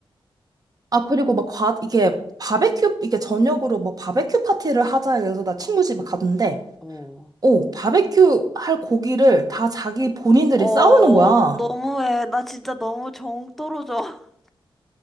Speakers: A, on the right; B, in the centre.
A: 아, 그리고 막 과, 이게 바베큐, 이게 저녁으로 뭐 바베큐 파티를 하자 해서 나 친구 집에 갔는데,
B: 어.
A: 오, 바베큐 할 고기를 다 자기 본인들이
B: 어,
A: 싸우는 거야.
B: 너무해. 나 진짜 너무 정 떨어져. <laughs>